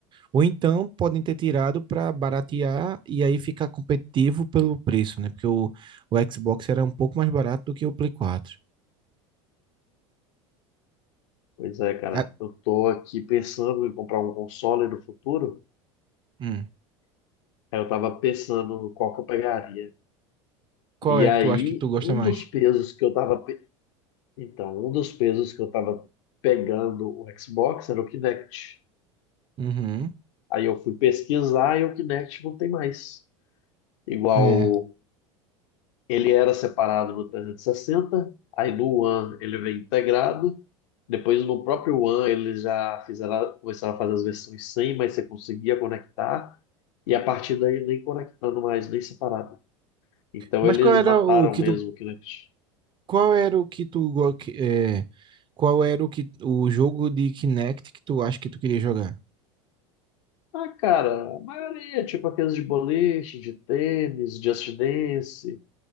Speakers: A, on the right; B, on the left.
A: Ou então podem ter tirado para baratear e aí ficar competitivo pelo preço, né? Porque o, o Xbox era um pouco mais barato do que o Play 4.
B: Pois é, cara,
A: Ah,
B: eu tô aqui pensando em comprar um console no futuro.
A: hum.
B: Aí eu tava pensando qual que eu pegaria.
A: Qual
B: E
A: é
B: aí,
A: que tu acha que tu gosta
B: um
A: mais?
B: dos pesos que eu tava. pe- Então, um dos pesos que eu tava pegando o Xbox era o Kinect.
A: Uhum.
B: Aí eu fui pesquisar e o Kinect não tem mais. Igual
A: É.
B: ele era separado no 360, aí no One ele vem integrado. Depois no próprio One eles já fizeram, começaram a fazer as versões sem, mas você conseguia conectar. E a partir daí nem conectando mais, nem separado. Então
A: Mas
B: eles
A: qual era
B: mataram
A: o que
B: mesmo
A: tu,
B: o Kinect.
A: qual era o que tu, go- que- é, qual era o que o jogo de Kinect que tu acha que tu queria jogar?
B: Ah, cara, a maioria, é tipo aqueles de boliche, de tênis, Just Dance,